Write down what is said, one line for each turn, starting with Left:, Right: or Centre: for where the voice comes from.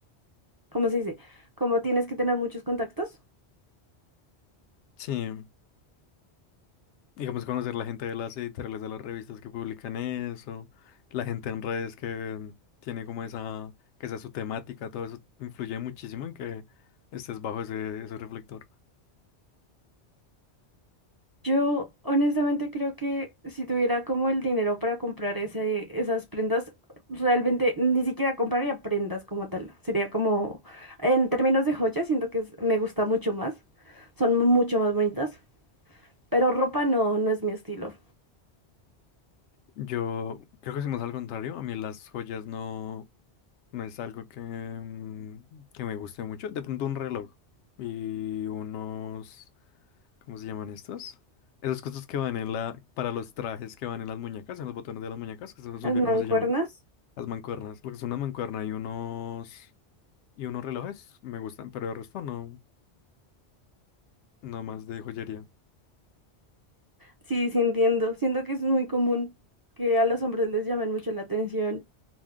Right: ¿cómo se dice? Como tienes que tener muchos contactos.
Left: Sí. Digamos, conocer la gente de las editoriales de las revistas que publican eso, la gente en redes que tiene como esa, que sea su temática, todo eso influye muchísimo en que estés bajo ese, ese reflector.
Right: Yo honestamente creo que si tuviera como el dinero para comprar ese, esas prendas, realmente ni siquiera compraría prendas como tal. Sería como, en términos de joyas, siento que es- me gusta mucho más. Son mucho más bonitas. Pero ropa no, no es mi estilo.
Left: Yo creo que si más al contrario, a mí las joyas no, no es algo que, mm, que me guste mucho. De pronto un reloj y unos, ¿cómo se llaman estos? Esas cosas que van en la, para los trajes que van en las muñecas, en los botones de las muñecas, que se me
Right: Las
Left: olvidó
Right: mancuernas,
Left: cómo se llaman. Las mancuernas, lo que es una mancuerna y unos y unos relojes me gustan, pero el resto no, no más de joyería.
Right: sí, sí entiendo. Siento que es muy común que a los hombres les llamen mucho la atención.